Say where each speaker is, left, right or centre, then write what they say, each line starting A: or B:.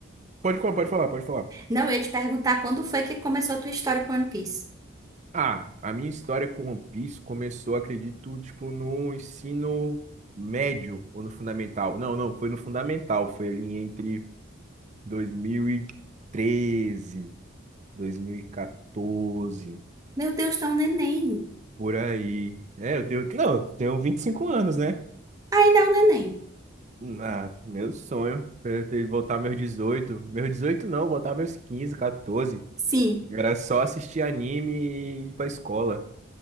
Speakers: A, on the right; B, on the right.
A: Pode, falar, pode falar, pode falar.
B: Não, eu ia te perguntar quando foi que começou a tua história com One Piece.
A: Ah, a minha história com One Piece começou, acredito, tipo, no ensino médio ou no fundamental. Não, não, foi no fundamental, foi ali entre 2013, 2014,
B: Meu Deus, tá um neném.
A: por aí. É, eu tenho, não, eu tenho 25 anos, né?
B: Ainda é um neném.
A: Ah, meu sonho era ter voltar meus 18. Meus 18 não, voltar meus 15, 14.
B: Sim.
A: Era só assistir anime e ir pra escola.